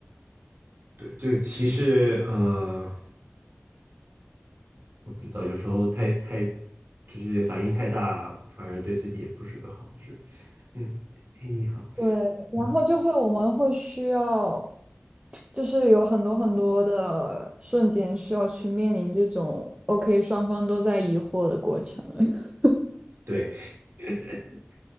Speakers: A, on the right; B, on the right.
A: 对，就歧视，呃。我不知道，有时候太太就是反应太大，反而对自己也不是个好事。嗯，嘿，你好，
B: 对，然后就会我们会需要，
A: 嗯，
B: 就是有很多很多的瞬间需要去面临这种 OK 双方都在疑惑的过程，<laughs>
A: 对，<laughs>